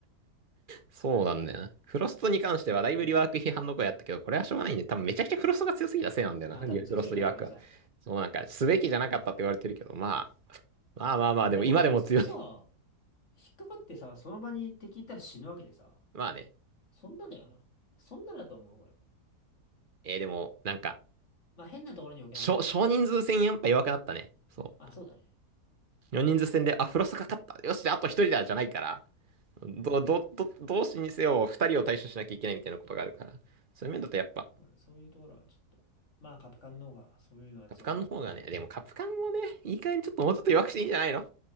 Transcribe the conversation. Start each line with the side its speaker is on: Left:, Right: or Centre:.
Right: そうなんだよな。フロストに関してはだいぶリワーク批判の声あったけど、
Left: 合わせて。うん。
Right: これはしょうがないんで、多分めちゃくちゃフロストが強すぎたせいなんだよな、
Left: まあ多分強すぎたわ、
Right: リフロストリワークは。
Left: こいつは。
Right: そうなんか、すべきじゃなかったって言われてるけど、まあ、まあまあまあ、
Left: まあでも別にさ、
Right: でも今でも強い。
Left: 引っかかってさ、その場に敵いたら死ぬわけでさ。
Right: <laughs> まあね。
Left: そんなだよな。そんなだと思う、これ。
Right: えー、でも、なんか、
Left: まあ変なところに置けなくなった。
Right: 少少人数戦やっぱ弱くなったね。そ
Left: あ、そうだね。
Right: う。4人数戦で、あ、フロストかかった。よし、あと1人だ、じゃないから。ど、
Left: うん。
Right: ど、ど、同士にせよ、2人を対処しなきゃいけないみたいなことがあるから。そういう面だとやっぱ、
Left: まあそういうところはちょっと。まあカプカンの方がそういうのは強くなったね。
Right: カプカンの方がね、でもカプカンもね、いい加減ちょっともうちょっと弱くしていいんじゃないの